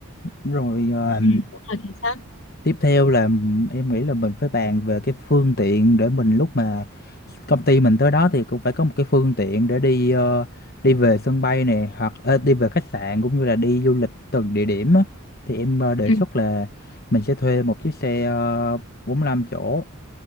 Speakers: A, on the left (about 45°); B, on the left (about 65°).
A: Rồi ờ,
B: Ừ, đúng rồi chính xác.
A: Tiếp theo là m- em nghĩ là mình phải bàn về cái phương tiện để mình lúc mà công ty mình tới đó thì cũng phải có một cái phương tiện để đi ờ, đi về sân bay này hoặc ờ, đi về khách sạn cũng như là đi du lịch từng địa điểm á. Thì em ờ, đề
B: Ừ.
A: xuất là mình sẽ thuê một chiếc xe ờ, bốn lăm chỗ